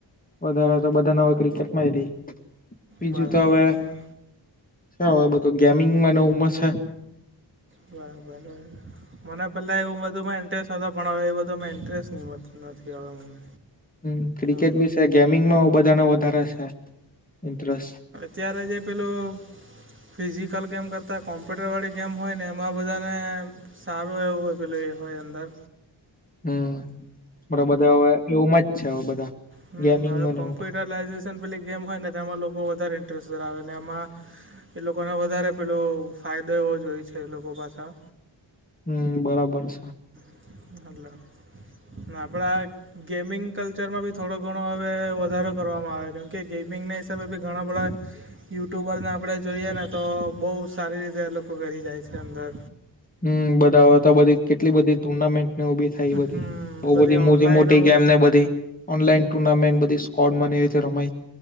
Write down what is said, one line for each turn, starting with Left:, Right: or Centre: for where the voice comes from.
Left: વધારે તો બધાને હવે ક્રિકેટમાં ય રહી, બીજું
Right: બરાબર
Left: તો હવે
Right: હા
Left: છે હવે બધો ગેમિંગમાં ન ઉંમર છે.
Right: બરાબર મને પેલા એવું બધુંમાં ઇન્ટરેસ્ટ હતો પણ હવે એ બધા મા ઇન્ટરેસ્ટ નથી હવે મને.
Left: હમ્મ, ક્રિકેટ
Right: એમ
Left: બી છે ગેમિંગમાં હવ બધાને વધારે છે ઇન્ટરેસ્ટ.
Right: ત્યારે જે પેલું ફિઝિકલ ગેમ કરતાં કોમ્પ્યુટરવાળી ગેમ હોય ને એમાં બધાને સારો એવું હોય પેલું એ હોય અંદર.
Left: હમ્મ <unintelligible> બધા હવે <unintelligible> જ છે હવે બધા
Right: હમ
Left: ગેમિંગમાં
Right: હવે
Left: ને એ બધા.
Right: પેલી ગેમ હોય ને તેમાં લોકો વધારે ઇન્ટરેસ્ટ ધરાવેને એમાં એ લોકોને વધારે પેલો ફાયદો એવો જોઈ છે એ લોકો પાછા
Left: હમ્મ, બરાબર છે.
Right: <unintelligible> ના આપણા ગેમિંગ કલ્ચરમાં બી થોડો ઘણો હવે વધારો કરવામાં આવે કેમ કે ગેમિંગના હિસાબે બી ઘણા બધા યુટ્યુબરને આપણે જોઈએ ને તો બહુ સારી રીતે લોકો કરી જાય છે અંદર
Left: હમ્મ, બધા હવે તો બધી કેટલી બધી ટુર્નામેન્ટ ને ઉભી થઈ બધી
Right: હમ
Left: બઉ બધી
Right: ઓનલાઈનો
Left: મોજી મોટી ગેમ ને બધી ઓનલાઈન ટુર્નામેન્ટ બધી સ્કોડમાં ને એવી રીતે રમાએ.